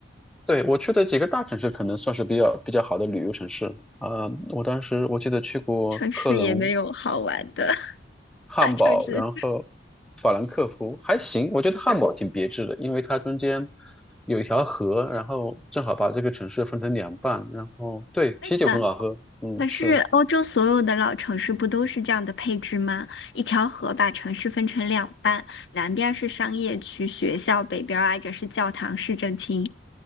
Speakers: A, in the centre; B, on the left.
A: 对，我去的几个大城市可能算是比较比较好的旅游城市啊，我当时我记得去过科隆，
B: 城市也没有好玩的 <laughs>
A: 汉堡，
B: 大城市。
A: 然后法兰克福还行，我觉得汉堡挺别致的，因为它中间有一条河，然后正好把这个城市分成两半，然后对，
B: 非常
A: 啤酒很好喝，嗯，
B: 可是欧洲所有的老城市不都是这样的配置吗？
A: 是，
B: 一条河把城市分成两半，南边儿是商业区、学校，北边儿挨着是教堂、市政厅，